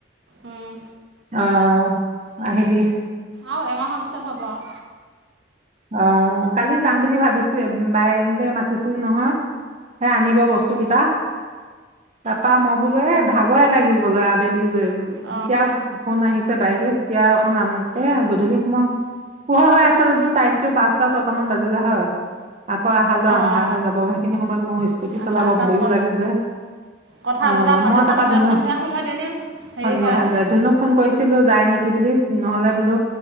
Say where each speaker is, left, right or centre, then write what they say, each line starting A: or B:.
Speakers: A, on the right (about 80°); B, on the right (about 35°).
A: উম,
B: অ'হ আহিবি।
A: আও এমাহৰ পিছত হ'ব আও।
B: অ', কালি যাম বুলি ভাবিছোয়ে বাইদেউ মাতিছিল নহয়। হে আনিব বস্তু গিটা। তা পা মই বোলো এই ভাগৰে লাগি গ'লো আবেলি লৈ।
A: অঁ
B: যেতিয়া ফোন আহিছে বাইদেউ তেতিয়া অকণ আন এয়া গধূলি। পোহৰ হৈ আছ যদিও টাইমতো পাঁচটা ছয়টা মান বাজিলে হয়। আকৌ আহালৈ
A: অঁ
B: আন্ধাৰ হৈ যাব সেইখিনি সময়ত মোৰ স্কুটি
A: অঁ
B: চলাব
A: তাত
B: ভয়ো
A: ক
B: লাগে যে।
A: কথা
B: অহ',
A: বতৰা পাতি
B: মই
A: থাকোঁতে
B: তাপা ধুনু,
A: সন্ধিয়া সময়ত এনেই হেৰি
B: সন্ধিয়া
A: হয়
B: হৈছে ধুনুক। ফোন কৰিছিলোঁ যায় নেকি বুলি, নহ'লে বোলো,